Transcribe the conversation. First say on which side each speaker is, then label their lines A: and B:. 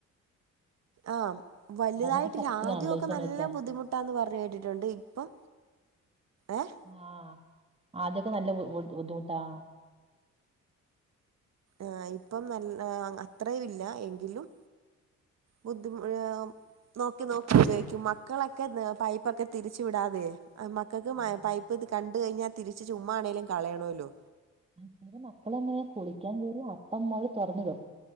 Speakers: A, on the right; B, on the right.
A: ആഹ് വലുതായിട്ടില്ല
B: ഉറവ ശക്തിയാണല്ലോ
A: ആദ്യക്കെ
B: ഈ സമയത്ത്
A: നല്ല ബുദ്ധിമുട്ട്- ട്ടാന്ന് പറഞ്ഞു കേട്ടിട്ടുണ്ട് ഇപ്പം ഏഹ്.
B: ആഹ് ആദ്യൊക്കെ നല്ല ബു ബുദ്ധിമുട്ടാ.
A: ആഹ് ഇപ്പം നല്ല അത്രേംയുല്ല എങ്കിലും. ബുദ്ധിമു ഒര്. നോക്കി നോക്കി ഉപയോഗിക്കും. മക്കളൊക്കെ ന്ന് പൈപ്പൊക്കെ തിരിച്ചു വിടാതെ അ മക് ക്കക്ക് മയ
B: ആഹ്
A: പൈപ്പ്ത് കണ്ട് കൈഞാ തിരിച്ച് ചുമ്മാണേലും കളയണോല്ലോ.
B: അന്നേരം മക്കളങ്ങനെ കുളിക്ക്യാൻ കേറി അപ്പമ്മോള് തൊറന്നിടും